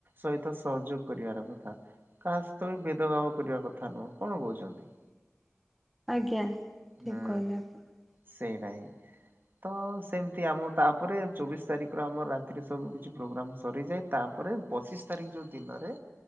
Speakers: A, on the right; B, in the centre.
A: ସହିତ ସହଯୋଗ କରିବାର କଥା। କାହା ସହିତ ବି ଭେଦଭାବ କରିବା କଥା ନୁହଁ କଣ କହୁଛନ୍ତି?
B: <unintelligible> ଆଜ୍ଞା ଠିକ
A: ହୁଁ
B: କହିଲେ ଆପଣ
A: ସେଇଟା ହିଁ। ତ ସେମିତି ଆମ ତାପରେ ଚବିଶ ତାରିଖ ର ଆମର ରାତିରେ ସବୁ କିଛି ପ୍ରୋଗ୍ରାମ ସରିଯାଏ। ତାପରେ ପଚିଶ ତାରିଖ ଯୋଉ ଦିନରେ